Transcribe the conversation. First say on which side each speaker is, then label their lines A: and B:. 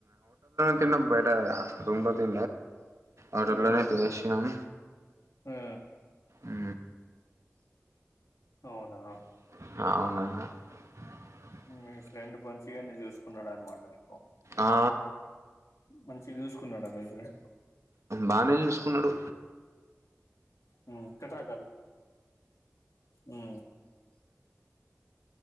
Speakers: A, on the right; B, on the left.
A: తిన్నాం బయట అదింటతే అడు
B: ఉమ్
A: తెషం
B: ఆ
A: ఆ
B: అవునా
A: ఉ
B: మీ ఫ్రెండ్ ప వచ్చి అన్ని చూసుకున్నాడు అన్నమాట మీకు
A: ఆ
B: మంచి గా చూసుకో కున్నాడ మీ ఫ్రెండ్
A: బానే చూసుకున్నాడు
B: హు కట్రాకాల్ హు